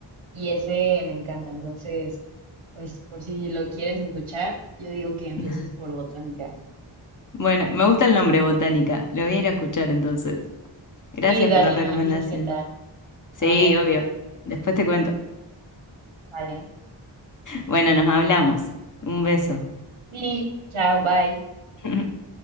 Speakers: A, on the right; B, on the left.
A: y ese me encanta, entonces, pues por si lo quieres escuchar, yo digo que empieces
B: <laughs>
A: por Botánica.
B: Bueno, me gusta el nombre Botánica, lo voy a ir a escuchar entonces. Gracias
A: Sí, dale,
B: por la recomendación.
A: me avisas qué tal.
B: Sí,
A: No, no hay de
B: obvio.
A: qué.
B: Después te cuento.
A: Vale.
B: Bueno, nos hablamos. Un beso.
A: Sí, chao, bye.
B: <laughs>